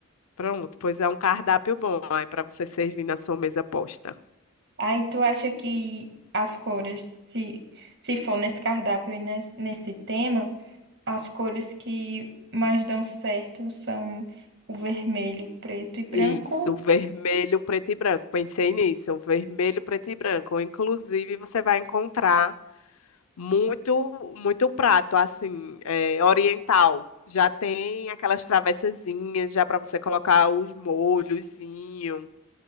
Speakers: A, on the left; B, on the right.
A: Pronto, pois é um cardápio bom aí para você servir na sua mesa posta.
B: Aí tu acha que as cores, se, se for nesse cardápio e nes- nesse tema, as cores que mais dão certo são o vermelho, preto e branco?
A: Isso, vermelho, preto e branco. Pensei nisso, vermelho, preto e branco. Inclusive, você vai encontrar muito, muito prato assim, é, oriental. Já tem aquelas travessazinhas, já para você colocar os molhozinho.